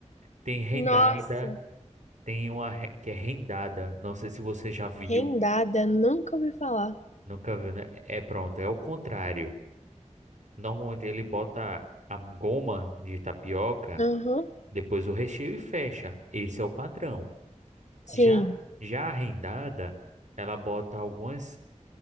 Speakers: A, on the right; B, on the left.
A: tem rendada,
B: Nossa,
A: tem uma re- que é rendada. Não sei se você já viu,
B: rendada, nunca ouvi falar.
A: nunca viu, né? É pronto, é o contrário. Normalmente ele bota a goma de tapioca,
B: Aham,
A: depois o recheio e fecha. Esse é o padrão.
B: sim.
A: Já, já a rendada, ela bota algumas,